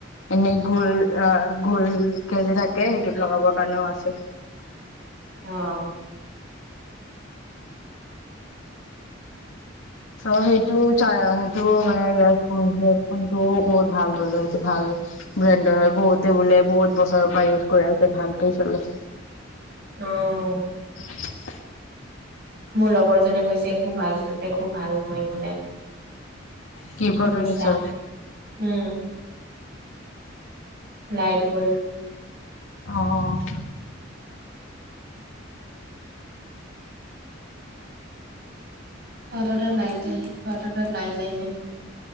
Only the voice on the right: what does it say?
অহ ',
অঃ
লগৰজনে কৈছে একো ভাল, একো ভাল নহয় বোলে।
মিছা উম', লাইট গ'ল।
তহঁতৰ তাত লাইট যায়? তহঁতৰ তাত লাইট যায় নে?